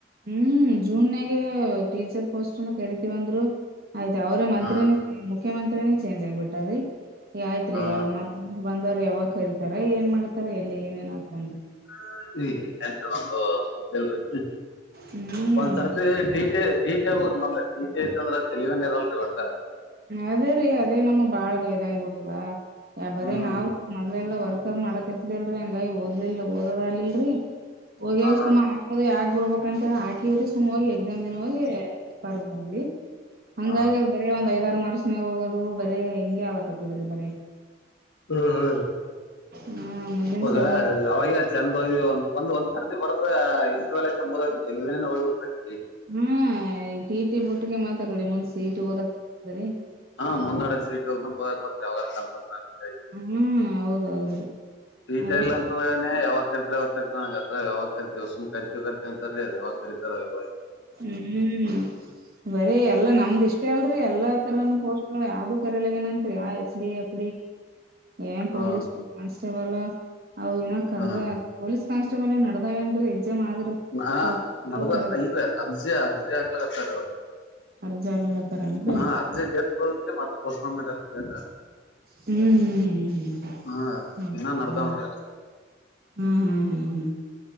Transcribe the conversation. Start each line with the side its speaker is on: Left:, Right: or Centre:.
Right: ಹ್ಮ್ ಜೂನ್ಗ ಟೀಚರ್ ಪೋಸ್ಟ್ ಕರಿತಿವಂದರು ಆಯ್ತಾ ಅವ್ರ ಮಂತ್ರಿನೇ
Left: ಹಾ
Right: ಮುಖ್ಯಮಂತ್ರಿನೇ ಚೇಂಜ್ ಆಗ್ಬಿಟ್ಟಾರ್ರೀ ಆಯ್ತ್ರಿ
Left: ಹಾ
Right: ಮತ್ಂದ್ ಬಂದವ್ರು ಯಾವಾಗ ಕರಿತಾರ ಏನ್ ಮಾಡ್ತಾರ ಎಲ್ಲಿ ಏನೇನತ್ಕೊಂಡ್ರಿ
Left: ಹ ಒಂದುಲ್ರಿ
Right: ಹ್ಮ್
Left: ಒಂದಸರ್ ರೂಪಿ ಟ ಟಿಟಿ ಹೋಗ್ರಿ ಮ ಟ ಟ ಐತೆ ಅಂದ್ರೆಲವೇನ್ ಇರಲ್ರರಿ ಒಟ್ಟ
Right: ಅದೇ ರೀ ಅದೇ ನಮ್ ಬಾಳ್ ಇದಾಯ್ಬಿಟ್ಟದ ಯ ಬರೇ
Left: ಹ್ಮ್
Right: ನಾವವು ಸ್ವಲ್ ಮೊದ್ಲೆಲ್ಲ ವರ್ಕ್ ಅ ಮಾಡಕ್ ಹತ್ತಿದಲ್ರರಿ ಹಂಗ ಓದ್ಲಿಲ್ಲ ಓದ್ ಆಲಿಲ್ರರಿ ಹೋಗಿಾಗ
Left: ಹಾ,
Right: ಸುಮ್ ಹಾಕದ ಯಾಕ್ ಬಿಡ್ಬಬೇಕ ಅಂತೇಳ ಹಾಕವ್ರಿ ಸುಮ್ ಹೋಗಿ ಎಕ್ಸಾಮ್ ದಿನ ಹೋಗಿ ಬರ್ದ ಬಂದ್ವಿ ಹಂಗಾಗಿ
Left: ಹಾ.
Right: ಬರ ಒಂದ್ ಐದ ಮರುಸ ಮ ಹೋಗೋದು ಬರೇ ಹಿಂಗೆ ಹಾಲಕತ್ತದ್ರೆ ಬರ
Left: ಹ್ಮ ಹ್ಮ
Right: ಹಾ ಮುಂದಿನ
Left: ಹೌದಾ
Right: ಸಲ
Left: ಅದ ಅವಾಗೆ ಚೆಂದ ಒಂದ್ ಒಂದ ಸರ್ದಿ ಬರದ್ರೆ ಇಂತ ವೇಳಲ ಮುದೆಲವೇನೇ ಹೋಗ್ಬಡ್ತದೆ
Right: ಹ್ಮಟೀಟಿ ಬಿುಟ್ಗೆ ಮಾತಾಕಡಿ ಮುನ್ಸ ಇಟಿ ಓದಕ್ರ್ದರಿ
Left: ಹಾ ಮುಂದ್ಡೆ ಸೀಟ್ ಹೋಗ ಹದ ಅವಾಗಲ್
Right: ಹ್ಮ್ ಹೌದೌದ್ರಿ ಅದ್ರ
Left: ಟೈಲ್ ಅಂತ ಯಾವ ಕರಿತಾವಾಗ ಕರ್ತ ನನಗೆ ಹತ್ರ ಯಾವಾಗ ಕರ್ತಿ ಉಸಮ ಕರಿ ಕರಿತತಿ ಅಂತರರಿ ಅದ ಯಾವಾಗ ಕರಿತಾರ ಯಾವ
Right: ಹ್ಮ್ ಬರೀ ಎಲ್ಲಾ ನಮ್ದ್ ಇಷ್ಟ ಅಲ್ರಿ ಎಲ್ಲಾ ತರನ ಪೋಸ್ ಯಾವ್ದು ಕರಲಗನಂರಿ ಯ ಎಚ್ ಡಿ ಎಫ ಏನ್
Left: ಹ್ಮ್
Right: ಪೋಲೀಸ್ ಕ ಲ್ ಅ ಏನ ಕರ
Left: ಹ್ಮ್
Right: ಪೊಲೀಸ್ ಕಾನ್ಟೇಬಲ್ ಏನ್ ನಡದಾವೇಏನ್ರೀ ಮಾದ್ರ
Left: ನಾ
Right: ಪ್ರಸ ಯ
Left: ನಡ್ದ
Right: ಕ
Left: ಇಲ್ರಿ ಅರ್ಜಿ ಅರ್ಜಿ ಆಗ್ಲಾಗತಾರೆ
Right: ಅರ್ಜಿ ಹಾಕಕತ್ತಾರೇನ್ರಿ
Left: ಹಾ ಅರ್ಜಿ ಡೇಟ್ ಬರಿ ಮತ್ತ ಪೋಸ್ಟ್ ಫೋನ್ ಮಾಡಿ ಡೇಟ್ ಆಗ್ತ
Right: ಹ್ಮ್ ಹ್ಮ್ ಹ್ಮ್
Left: ಹಾ
Right: ಹ್ಮ್ ಹ್ಮ್
Left: ಏನ್ನ
Right: ಹೌದಾ
Left: ನತ್ರ
Right: ಹ್ಮ್ ಹ್ಮ್ ಹ್ಮ್ ಹ್ಮ್